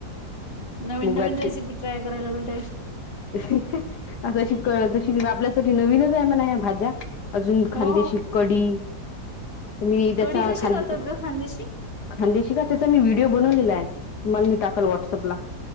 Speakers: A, on the left; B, on the left.
A: नवीन
B: मुगाचे
A: नवीन रेसिपी ट्राय करायला भेटायाचे.
B: तशी क तशी आपल्यासाठी नवीनच आहे म्हणा ह्या भाज्या. अजून खांदेशी
A: हो हो.
B: कडी. तर मी त्याचा
A: कढी कशी
B: खदे
A: करतात ग खांद्याशी
B: खांदे शिक का त्याचा मी व्हिडिओ बनवलेला आहे तुम्हाला मी टाकाल व्हॉट्सअपला